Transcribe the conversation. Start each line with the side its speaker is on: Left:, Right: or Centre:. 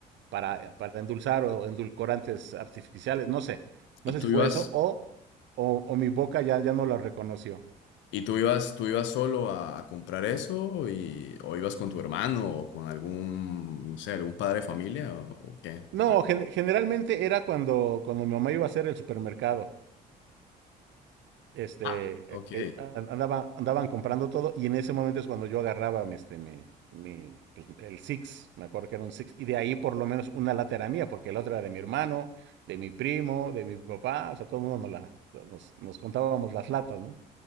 Right: para, eh, para endulzar o endulcorantes artificiales, no sé,
Left: ¿Y
Right: no sé
Left: tú
Right: si fue
Left: ibas?
Right: eso, o, o, o mi boca ya, ya no lo reconoció.
Left: ¿Y tú ibas, tú ibas solo a, a comprar eso y, o ibas con tu hermano o con algún, no sé, algún padre de familia o, o qué?
Right: No,
Left: Ah,
Right: gen- generalmente era cuando, cuando mi mamá iba a hacer el supermercado. este,
Left: Ah, ok,
Right: eh, eh, andaba, andaban comprando todo y en ese momento es cuando yo agarraba mi, este, mi, mi, pues, el Six, me acuerdo que era un Six, y de ahí por lo menos una lata era mía, porque la otra era de mi hermano, de mi primo, de mi papá, o sea, todo el mundo nos, la, nos, nos contábamos las latas, ¿no?